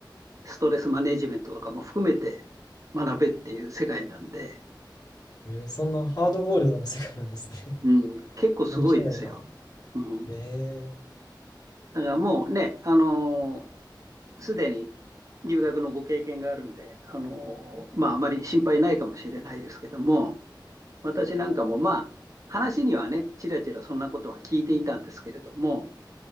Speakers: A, on the right; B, on the left.
A: ストレスマネジメントとかも含めて学べっていう世界なんで、
B: へそんなハードボイルドな世界なんですね。
A: うん、
B: <laughs>
A: 結構すごいですよ。
B: 面白いな。
A: うん。
B: へー
A: だからもうね、あのすでに留学のご経験があるんで、あのまあ、あまり心配ないかもしれないですけども、私なんかもまあ、話にはね、ちらちらそんなことは聞いていたんですけれども、